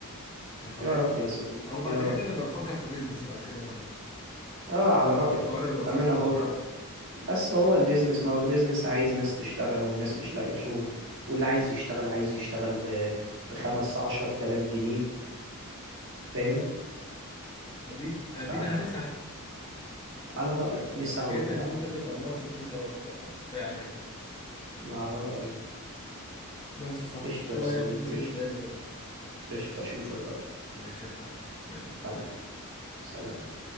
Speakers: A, on the left (about 20°); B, on the right (about 60°).
A: يا فرحتي
B: يا رب يا صديقي
A: او بعد
B: يا
A: كده
B: رب
A: نبقى نفكر في بيزنس بعد كده انا وانت
B: اه على رأيك
A: عشان حوار الوظيفه
B: بأمانة
A: ده
B: هو
A: مش هينفع
B: بس هو البيزنس ما هو البيزنس عايز ناس تشتغل والناس مش لاقية شغل واللي عايز يشتغل عايز يشتغل ب بخمس عشر تلاف جنيه فاهم
A: ادينا ادينا
B: فعلى
A: هنسعى
B: رأيك
A: بس
B: نسعى
A: حكايه
B: والباقي
A: ان
B: على
A: انت تبقى
B: ربنا
A: موظف دي خلاص بقى كفايه عليك
B: على رأيه
A: ماشي يا صاحبي
B: قشطة
A: شويه
B: يا صديقي
A: وننزل
B: قشطة
A: نتقابل بقى
B: قشطة أشوفك بقى
A: ماشي يا صاحبي يلا سلام
B: حبيبي سلام
A: باي باي